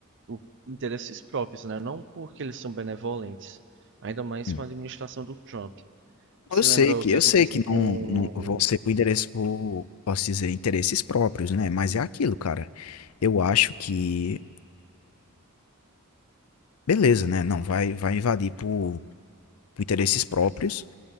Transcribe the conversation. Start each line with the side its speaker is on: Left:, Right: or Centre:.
Right: por interesses próprios, né? Não porque eles são benevolentes. Ainda mais
Left: Hum.
Right: com a administração do Trump. Se
Left: Eu sei
Right: lembra
Left: que,
Right: o que
Left: eu
Right: aconteceu
Left: sei que
Right: com,
Left: não, não vão ser por endereço, por, posso dizer, interesses próprios, né? Mas é aquilo, cara. Eu acho que Beleza, né? Não vai, vai invadir por, por interesses próprios,